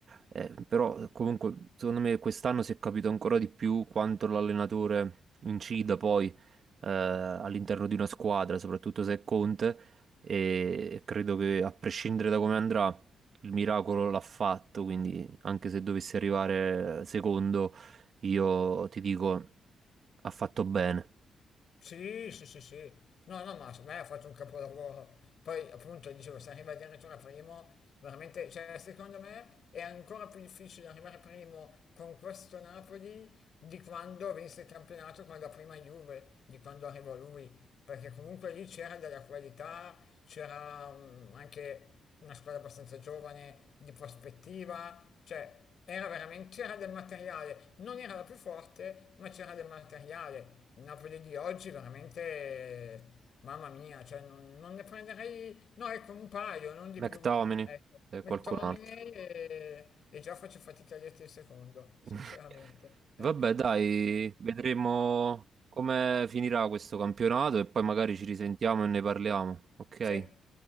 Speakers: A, on the right; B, on the left.
A: eh, però comunque secondo me quest'anno si è capito ancora di più quanto l'allenatore incida poi eh, all'interno di una squadra, soprattutto se è Conte e credo che a prescindere da come andrà il miracolo l'ha fatto, quindi anche se dovesse arrivare secondo io ti dico, ha fatto bene.
B: Sì, sì, sì, sì. No, no, ma secondo me ha fatto un capolavoro. Poi, appunto, dicevo, se arriva addirittura primo, veramente, cioè, secondo me è ancora più difficile arrivare primo con questo Napoli di quando vinse il campionato con la prima Juve, di quando arrivò lui, perché comunque lì c'era della qualità, c'era mm, anche una squadra abbastanza giovane, di prospettiva, cioè, era veramente, c'era del materiale, non era la più forte, ma c'era del materiale. Il Napoli di oggi veramente, mamma mia, cioè non, non ne prenderei, no ecco un paio, non di
A: McTominay
B: più. Ecco,
A: e
B: McTominay
A: qualcun altro.
B: e, e già faccio fatica a dirti il secondo,
A: <laughs>
B: sinceramente. Ecco,
A: Vabbè, dai, vedremo come finirà questo campionato e poi magari ci risentiamo e ne parliamo, ok?
B: sì.